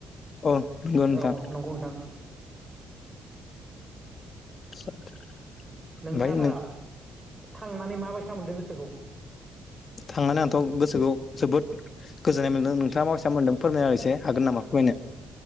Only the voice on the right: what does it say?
औ नंगौ नोंथां
नोंथाङा
दा
थांनानै माबायसा मोनदों गोसोखौ